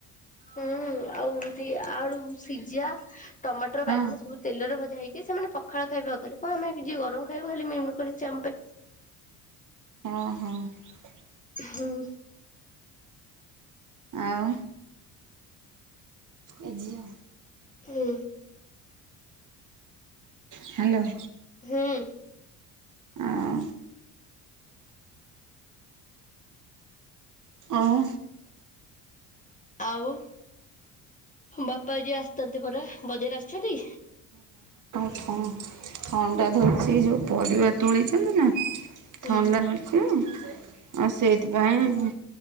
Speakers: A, on the left; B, on the right.
A: ହୁଁଉ-ଉ-ଉ ଆଉ ଏମିତି ଆଳୁ ସିଝା ଟମାଟର
B: ହଁ
A: ବାଇଗଣ ସବୁ ତେଲରେ ଭ ଯାଇକି ସେମାନେ ପଖାଳ ଖାଇବେ <inaudible> ଥିଲେ ବା ଆମେ ଯିଏ ଗରମ ଖାଇବୁ ବୋଲି ମୁଁ <inaudible> କରିଛି ଆମ ପାଇଁ।
B: ହଁ- ହଁ।
A: ହୁଁ।
B: ଆଉ ଏ ଝିଅ
A: ହୁଁ।
B: ହ୍ୟାଲୋ।
A: ହୁଁ।
B: ଆଁ ଆଉ
A: ଆଉ, ବାପା ଆଜି ଆସିଥାନ୍ତେ ପରା, ବଜାର ଆସିଛନ୍ତି?
B: <inaudible> ଥଣ୍ଡା ଧରିଛି ଯୋଉ ପରିବା ତୋଳିଛନ୍ତିନା
A: ହୁଁ
B: ଥଣ୍ଡା ଧରିଛି ଆଉ ସେଇଥିପାଇଁ
A: ହୁଁ